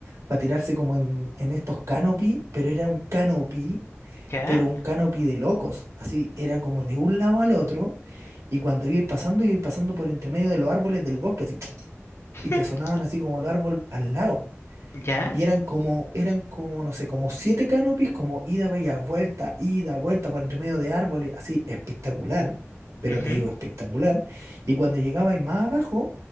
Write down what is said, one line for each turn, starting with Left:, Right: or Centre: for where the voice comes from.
Right: para tirarse como en, en estos canopy, pero era un canopy,
Left: ya,
Right: pero un canopy de locos. Así, era como de un lado al otro, y cuando iba pasando, iba pasando por entre medio de los árboles del bosque, así
Left: <laughs>
Right: y te sonaban así como los árboles al lado.
Left: ya.
Right: Y eran como, eran como, no sé, como siete canopies, como ida, vaya, vuelta, ida, vuelta por entre medio de árboles, así espectacular, pero
Left: ujú.
Right: te digo espectacular. Y cuando llegabais más abajo,